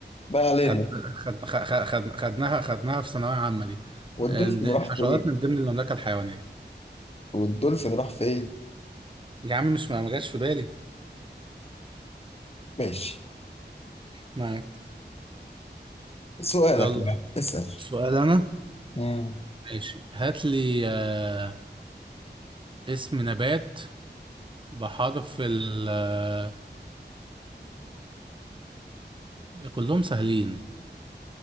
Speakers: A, on the left; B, on the right.
A: ما علينا
B: خد خد خد خد- خدناها خدناها في ثانوية عامة دي
A: والدولفين
B: إن الحشرات
A: راح فين
B: من ضمن المملكة الحيوانية
A: والدولفين راح فين
B: يا عم مش ما ما جاش في بالي
A: ماشي
B: معاك
A: سؤالك
B: يلا
A: يعني اسأل
B: سؤال أنا
A: مم.
B: ماشي هات لي آه، اسم نبات بحرف ال آه، آه، كلهم سهلين